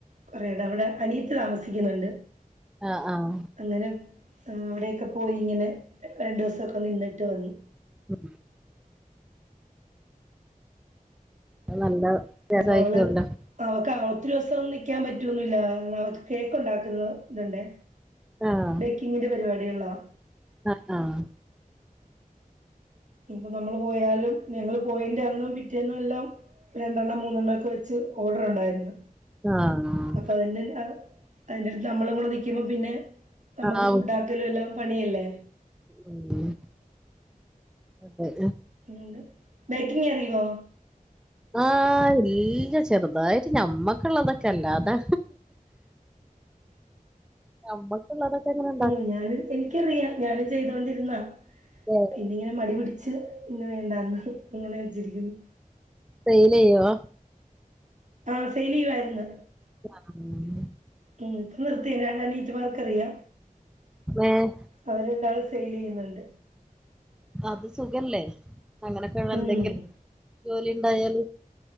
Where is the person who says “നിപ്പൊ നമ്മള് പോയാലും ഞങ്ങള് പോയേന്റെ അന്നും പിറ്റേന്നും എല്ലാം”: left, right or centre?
Right